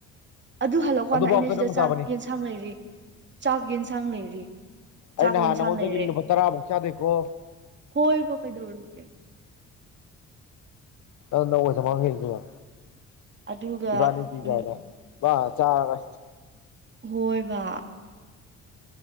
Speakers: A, on the right; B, on the left.
A: ꯑꯗꯨ ꯍꯜꯂꯛꯄ
B: ꯑꯗꯨꯐꯥꯎꯇ
A: ꯀꯥꯟꯗ ꯑꯩꯅ ꯁꯤꯗ
B: ꯅꯪ
A: ꯆꯥꯛ
B: ꯆꯥꯕꯅꯤ
A: ꯌꯦꯟꯁꯥꯡ ꯂꯩꯔꯤ ꯆꯥꯛ ꯌꯦꯟ ꯂꯩꯔꯤ
B: ꯑꯩ
A: ꯆꯥꯛ
B: ꯅꯍꯥꯟ
A: ꯏꯦꯟꯁꯥꯡ
B: ꯅꯉꯣꯟꯗꯒꯤ
A: ꯂꯩꯔꯦ
B: ꯂꯨꯄꯥ ꯇꯔꯥꯃꯨꯛ ꯆꯥꯗꯦꯀꯣ
A: ꯍꯣꯏꯕ ꯀꯩꯗꯧꯔꯒꯦ
B: ꯅꯡ ꯅꯧ ꯃꯥꯇꯝ ꯃꯪꯍꯂꯤꯁꯤ ꯀꯩꯅꯣ
A: ꯑꯗꯨꯒ
B: ꯏꯕꯥꯅꯤ ꯀꯤ
A: ꯎꯝ
B: <unintelligible> ꯕ ꯆꯥꯔ꯭ꯒ
A: ꯍꯣꯏꯕꯥ